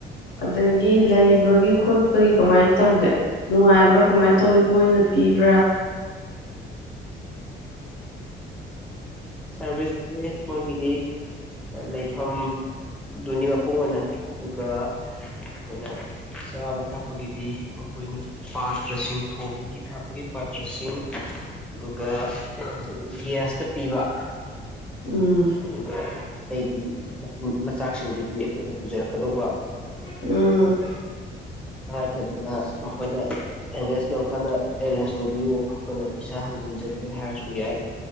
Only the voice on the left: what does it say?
ꯑꯗꯒꯤ ꯂꯩꯕꯒꯤ ꯈꯣꯠꯄꯒꯤ ꯀꯃꯥꯏꯅ ꯇꯧꯒꯦ ꯅꯨꯡꯉꯥꯏꯕ꯭ꯔꯥ ꯀꯃꯥꯏꯅ ꯇꯧꯋꯤ ꯃꯣꯏꯅ ꯄꯤꯕ꯭ꯔꯥ
ꯎꯝ
ꯎꯝ